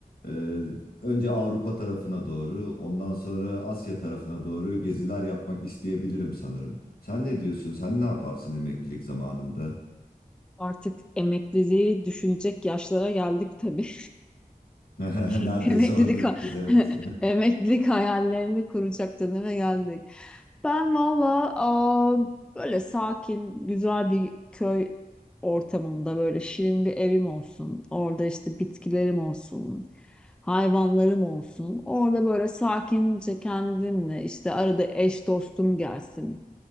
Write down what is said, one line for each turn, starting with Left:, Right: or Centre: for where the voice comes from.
Left: e, Önce Avrupa tarafına doğru, ondan sonra Asya tarafına doğru geziler yapmak isteyebilirim sanırım. Sen ne diyorsun? Sen ne yaparsın emeklilik zamanında?
Centre: Artık emekliliği düşünecek yaşlara geldik tabii.
Left: <laughs> Neredeyse
Centre: <laughs> Emeklilik
Left: oradayız,
Centre: ha-
Left: evet.
Centre: <laughs> emeklilik hayallerini kuracak döneme geldik. Ben valla aa, böyle sakin, güzel bir köy ortamında böyle şirin bir evim olsun. Orada işte bitkilerim olsun, hayvanlarım olsun. Orada böyle sakince kendimle işte arada eş dostum gelsin